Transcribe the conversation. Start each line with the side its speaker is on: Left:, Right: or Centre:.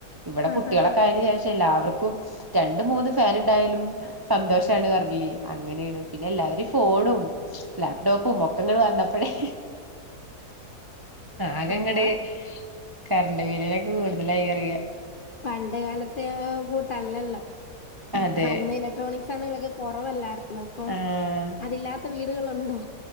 Right: ഇവിടെ
Left: ആഹ്
Right: കുട്ടികളൊക്കെ
Left: ആഹ് ആഹ്
Right: അതിനു ശേഷം എല്ലാവർക്കും ക്കും രണ്ടും മൂന്നും ഫാൻ ഉണ്ടായാലും സന്തോഷമാണ് പറഞ്ഞില്ലിയേ അങ്ങനെയാണ് പിന്നെ എല്ലാവരും ഫോണും ലാപ്ടോപ്പും മൊക്കങ്ങൾ വന്നപ്പോഴേ ആകങ്ങട്
Left: അതാ
Right: കറണ്ട് ബിലിനൊക്കെ കൂടുതലായി വയ്യാ
Left: പണ്ട് കാലത്തെ കൂ തല്ലല്ലോ
Right: അതെ
Left: അന്ന് ഇലക്ട്രോണിക് സാധങ്ങളൊക്കെ കുറവല്ലായിരുന്നു ഇപ്പം
Right: ആഹ്
Left: അതില്ലാത്ത വീടുകളുണ്ടോ